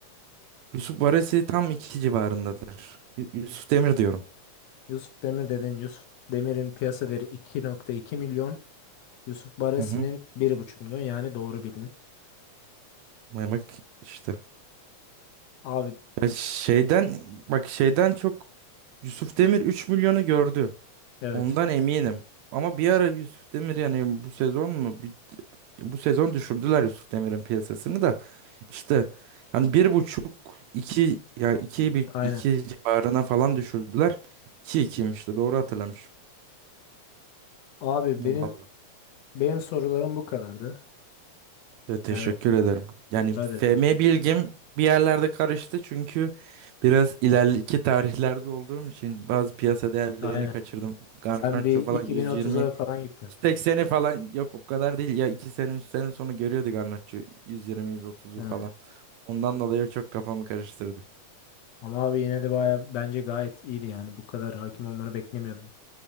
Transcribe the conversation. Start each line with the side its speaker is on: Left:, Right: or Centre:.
Right: Yusuf Barasi tam 2 civarındadır. Yu- Yusuf Demir diyorum.
Left: Yusuf Demir dedin. Yusuf Demir'in piyasa değeri 2.2 milyon. Yusuf Baresi'nin
Right: Hı hı.
Left: bir buçuk milyon. Yani doğru bildin.
Right: Vay Bak işte.
Left: Abi
Right: Ya şeyden bak şeyden çok Yusuf Demir 3 milyonu gördü.
Left: evet.
Right: Ondan eminim. Ama bir ara Yusuf Demir yani bu sezon mu? Bir- bu sezon düşürdüler Yusuf Demir'in piyasasını da. İşte hani bir buçuk iki ya iki bir
Left: Aynen.
Right: iki civarına falan düşürdüler. 2 ikiymiş de doğru hatırlamışım.
Left: Abi
Right: Ya
Left: benim
Right: Vallahi.
Left: benim sorularım bu kadardı.
Right: Ya teşekkür
Left: Yani
Right: ederim. Yani
Left: rica ederim.
Right: FM bilgim bir yerlerde karıştı çünkü biraz ileriki tarihlerde olduğum için bazı piyasa değerlerini
Left: Aynen.
Right: kaçırdım. Garnacho
Left: Sen bir 2030'a
Right: falan 120 180'i
Left: falan gittin.
Right: falan yok o kadar değil ya 2 sene 3 sene sonra görüyordu Garnaccio 120-130'u
Left: Yani,
Right: falan. Ondan dolayı çok kafamı karıştırdı.
Left: ama abi yine de baya bence gayet iyiydi yani. Bu kadar hakim olmanı beklemiyordum.